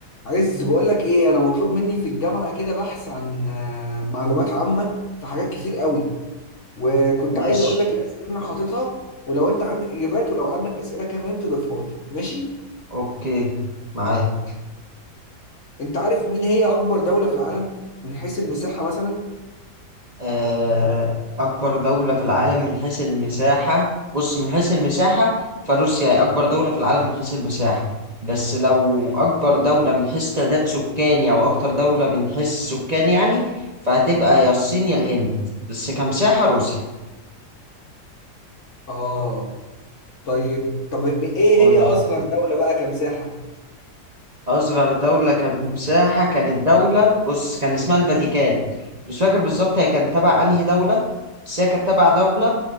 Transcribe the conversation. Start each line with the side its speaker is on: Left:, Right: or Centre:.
Left: عايز بقول لك ايه انا مطلوب مني في الجامعه كده بحث عن آه، معلومات عامه في حاجات كتير قوي وكنت
Right: ماشي
Left: عايز اقول لك الاسئله اللي انا حاططها ولو انت عندك اجابات ولو عندك اسئله كمان تضيفها لي ماشي
Right: أوكي معاك
Left: انت عارف مين هي اكبر دوله في العالم من حيث المساحه مثلا
Right: آه، أكبر دولة في العالم من حيث المساحة بص من حيث المساحة فروسيا هي أكبر دولة في العالم من حيث المساحة بس لو أكبر دولة من حيث تعداد سكاني أو أكتر دولة من حيث السكان يعني فهتبقى يا الصين يا الهند بس كمساحة روسيا
Left: اه طيب طب م- ايه
Right: قول.
Left: هي اصغر دوله بقى كمساحه
Right: أصغر دولة كمساحة كانت دولة بص كان اسمها الفاتيكان مش فاكر بالظبط هي كانت تبع أنهي دولة بس هي كانت تبع دولة